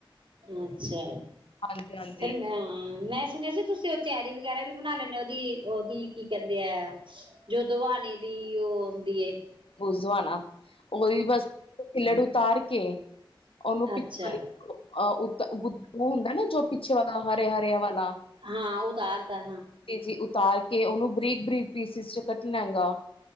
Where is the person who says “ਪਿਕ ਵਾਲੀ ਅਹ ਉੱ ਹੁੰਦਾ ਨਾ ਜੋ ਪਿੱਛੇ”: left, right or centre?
Left